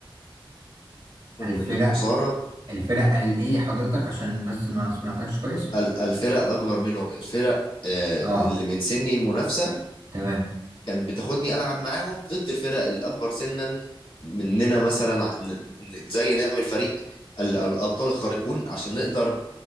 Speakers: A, on the left (about 80°); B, on the right (about 60°).
A: من
B: الفرق
A: الخساره
B: الفرق قال ايه حضرتك عشان بس ما سمعتكش كويس
A: ال- الفرق الاكبر منهم الفرق آه،
B: اه
A: اللي من سني المنافسه
B: تمام
A: كانت بتاخدني العب معاهم ضد الفرق الاكبر سنا مننا مثلا ع- ن- ن- زي نعمل فريق ال- الابطال الخارقون عشان نقدر